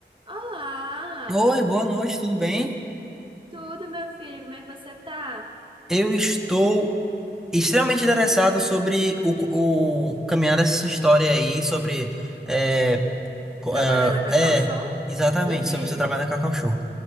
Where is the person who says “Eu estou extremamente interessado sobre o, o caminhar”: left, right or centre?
Centre